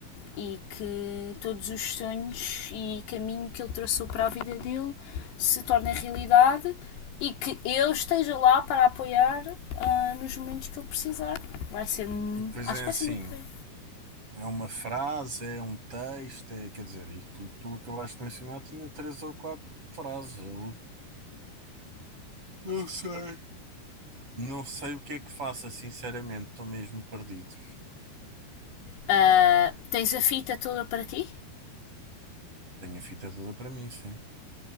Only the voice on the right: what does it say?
E depois
é
assim,
é uma frase, é um texto, é, quer dizer, e tu, tu acabaste de me ensinar, tinha três ou quatro frases. Eu não sei. Não sei o que é que faça, sinceramente, estou mesmo perdido.
Tenho a fita toda para mim, sim.